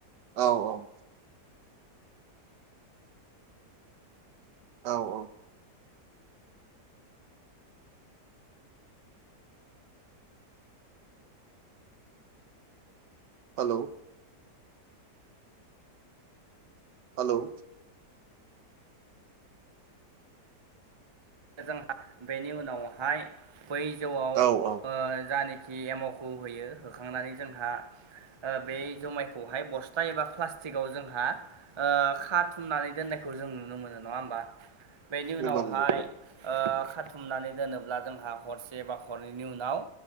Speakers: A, on the right; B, on the right.
A: औ औ औ औ हेलौ हेलौ
B: जोंहा बेनि उनावहाय बै जौआव ओ
A: औ औ
B: जनाखि जानाखि एमावखौ होयो होखांनानै जोंहा ओ बे जुमायखौहाय बस्था एबा प्लास्टिकआव जोंहा ओ खाथुमनानै दोननायखौ जों नुनो मोनो नङा होमबा बेनि उनावहाय
A: नंगौ नंगौ
B: ओ खाथुमनानै दोनोब्ला जोंहा हरसे बा हरनैनि उनाव